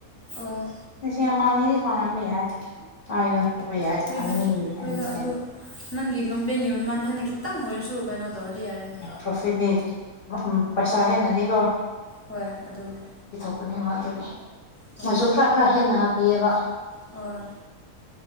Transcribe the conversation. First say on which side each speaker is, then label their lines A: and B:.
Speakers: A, on the left; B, on the left.
A: ꯑꯣ
B: ꯂꯤꯁꯤꯡ ꯑꯃ ꯑꯅꯤꯗꯤ ꯐꯡꯉꯝꯕ ꯌꯥꯏ ꯌꯥꯏ
A: ꯍꯣꯏꯗ
B: ꯑꯅꯤ ꯑꯅꯤ
A: ꯍꯣꯏꯗ
B: ꯍꯦꯟꯕ
A: ꯑꯗꯨ ꯅꯪꯒꯤ ꯂꯣꯟꯕꯦꯟꯒꯤ ꯃꯃꯜ ꯍꯦꯟꯅ ꯈꯤꯇꯪ ꯑꯣꯏꯔꯁꯨ ꯀꯩꯅꯣ ꯇꯧꯔꯗꯤ ꯌꯥꯔꯦꯅ
B: ꯄ꯭ꯔꯣꯐꯤꯠꯅꯤ ꯄꯩꯁꯥ ꯍꯦꯟꯅꯗꯤꯀꯣ
A: ꯍꯣꯏ ꯑꯗꯨꯅꯦ
B: <inaudible> ꯑꯗꯨꯒꯤ
A: ꯍꯣꯏ
B: ꯃꯣꯏꯁꯨ ꯈꯔ ꯈꯔ ꯍꯦꯟꯅ ꯍꯥꯞꯄꯤꯌꯦꯕ
A: ꯑꯣ